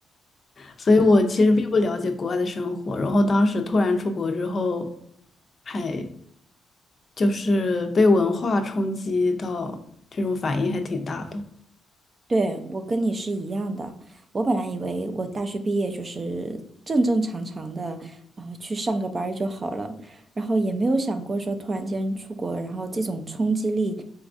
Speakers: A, on the left; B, on the right.
A: 所以我其实并不了解国外的生活，然后当时突然出国之后，还就是被文化冲击到，这种反应还挺大的。
B: 对，我跟你是一样的。我本来以为我大学毕业就是正正常常的，呃，去上个班儿就好了，然后也没有想过说突然间出国，然后这种冲击力